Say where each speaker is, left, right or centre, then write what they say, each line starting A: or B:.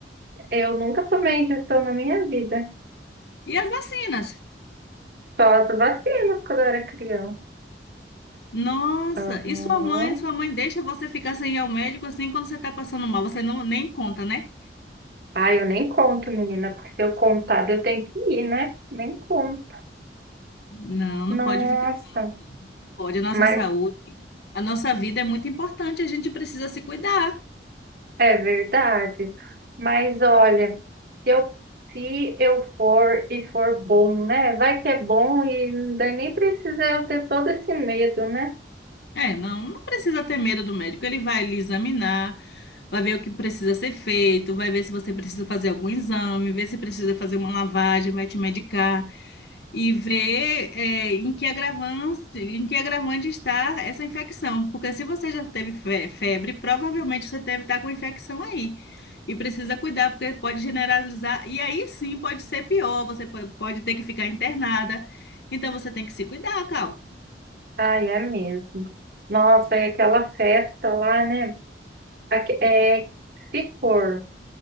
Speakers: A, on the right; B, on the left.
A: Eu nunca tomei injeção na minha vida.
B: E as vacinas?
A: Só as vacinas quando eu era criança.
B: Nossa,
A: Aham.
B: e sua mãe? Sua mãe deixa você ficar sem ir ao médico assim quando você está passando mal? Você não nem conta, né?
A: Ai, eu nem conto, menina, porque se eu contar, eu tenho que ir, né? Nem conto.
B: Não,
A: Nossa,
B: não pode ficar assim. Pode, a nossa
A: mas
B: saúde, a nossa vida é muito importante, a gente precisa se cuidar.
A: é verdade. Mas olha, se eu, se eu for e for bom, né? Vai que é bom e daí nem precisa eu ter todo esse medo, né?
B: É, não, não precisa ter medo do médico. Ele vai lhe examinar, vai ver o que precisa ser feito, vai ver se você precisa fazer algum exame, ver se precisa fazer uma lavagem, vai te medicar e ver, é, em que agravante, em que agravante está essa infecção. Porque se você já teve fe- febre, provavelmente você deve estar com infecção aí. E precisa cuidar, porque pode generalizar. E aí sim pode ser pior, você pode pode ter que ficar internada. Então você tem que se cuidar, Cal.
A: Ai, é mesmo. Nossa, e aquela festa lá, né? Aque- É, se for.